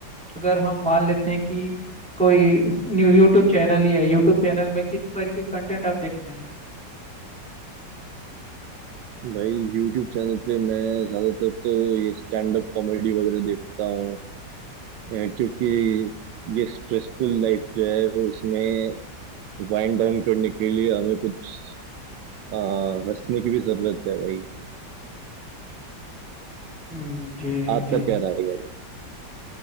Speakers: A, in the centre; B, on the right.
A: अगर हम मान लेते हैं कि कोई न्यू यूट्यूब चैनल ही है यूट्यूब चैनल में किस तरीके के कंटेंट आप देखते हैं
B: भाई यूट्यूब चैनल पे मैं ज्यादातर तो ये स्टैंड अप कॉमेडी वगैरह देखता हूँ अ, क्योंकि ये स्ट्रेसफुल लाइफ जो है उसमें वाइंड डाउन करने के लिए हमें कुछ अ, हंसने की भी जरूरत है भाई
A: हम्म जी
B: आपका
A: जी
B: क्या राय है